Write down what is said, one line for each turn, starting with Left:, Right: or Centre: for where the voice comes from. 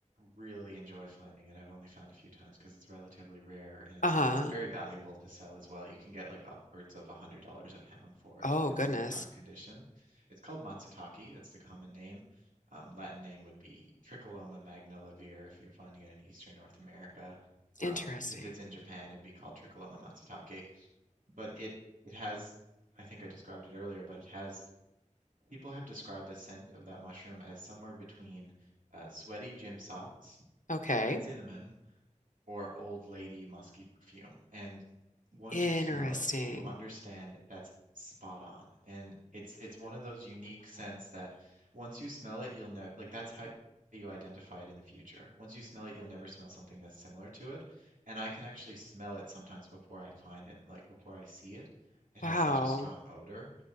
Right: really enjoy finding, and I've only found a few times because it's relatively rare, and it's
Left: Uh-huh.
Right: it's very valuable to sell as well. You can get like upwards of a hundred dollars a pound for
Left: Oh,
Right: it if it's
Left: goodness.
Right: in prime condition. It's called matsutake. That's the common name. Um, Latin name would be Tricholoma magnivelare if you're finding it in Eastern North America. Um,
Left: Interesting.
Right: if it's in Japan, it'd be called Tricholoma matsutake. But it it has, I think I described it earlier, but it has People have described the scent of that mushroom as somewhere between uh, sweaty gym socks,
Left: Okay.
Right: cinnamon, or old lady musky perfume. And once
Left: Interesting.
Right: you smell it, you understand that's spot on. And it's it's one of those unique scents that once you smell it, you'll know like that's how you identify it in the future. Once you smell it, you'll never smell something that's similar to it. And I can actually smell it sometimes before I find it, like before I see it. It
Left: Wow.
Right: has such a strong odor